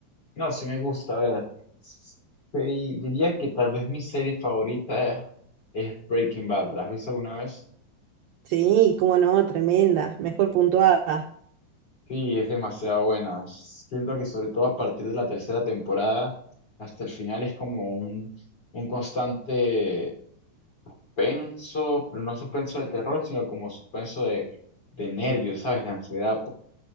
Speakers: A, on the left; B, on the right.
A: No, sí me gusta, a ver. sí, diría que tal vez mi serie favorita es Breaking Bad. ¿La has visto alguna vez?
B: Sí, cómo no, tremenda. Mejor puntuada.
A: Sí, es demasiado buena. Siento que sobre todo a partir de la tercera temporada hasta el final es como un, un constante penso, pero no suspenso de terror, sino como suspenso de, de nervios, ¿sabes? De ansiedad